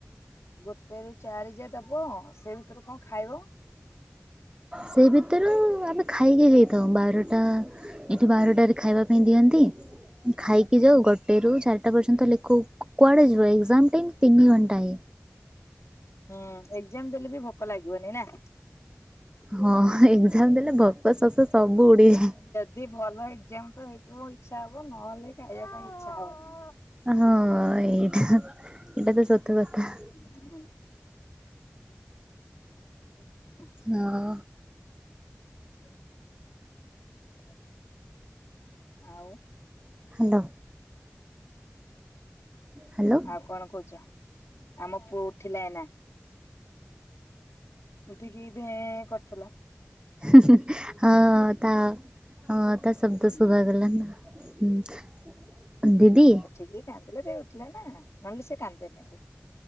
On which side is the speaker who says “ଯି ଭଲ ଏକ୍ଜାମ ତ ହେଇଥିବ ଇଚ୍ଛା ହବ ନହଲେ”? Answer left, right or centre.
Left